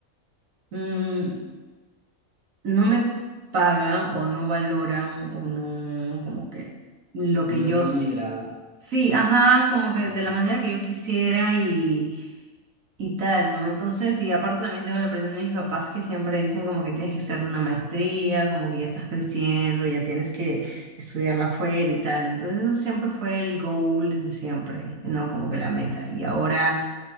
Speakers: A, on the right; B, in the centre.
A: mm, no me pagan o no valoran o no, como que lo que
B: No
A: yo
B: es remunerada
A: sí, sí, ajá, como que
B: conocimiento.
A: de la manera que yo quisiera y y tal, ¿no? Entonces, y aparte también tengo la presión de mis papás que siempre dicen como que tienes que hacer una maestría, como que ya estás creciendo, ya tienes que estudiarla afuera y tal. Entonces, eso siempre fue el goal desde siempre, ¿no? Como que la meta. Y ahora,